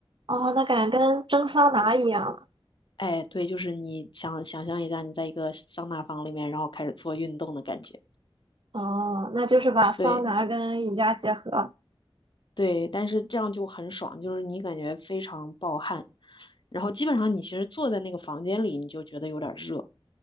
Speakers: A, on the right; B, on the left.
A: 哦，那感觉跟蒸桑拿一样了。
B: 哎，对，就是你想想象一下，你在一个桑拿房里面，然后开始做运动的感觉。
A: 哦，那就是把桑拿跟瑜伽结合。
B: 对对，但是这样就很爽，就是你感觉非常暴汗，然后基本上你其实坐在那个房间里，你就觉得有点热，